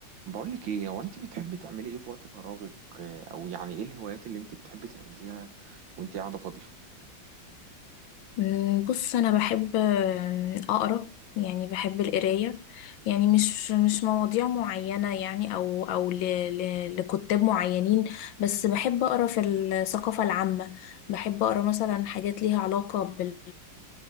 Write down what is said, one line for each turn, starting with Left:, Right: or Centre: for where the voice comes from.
Right: بقولك ايه هو انت بتحبي تعملي ايه في وقت فراغك آه، او يعني ايه الهوايات اللي انت بتحبي تعمليها وانت قاعده فاضيه
Left: أه، بص انا بحب أه، اقرا يعني بحب القرايه يعني مش مش مواضيع معينه يعني او او ل ل لكتاب معينين بس بحب اقرا في الثقافه العامه بحب اقرا مثلا حاجات ليها علاقه بال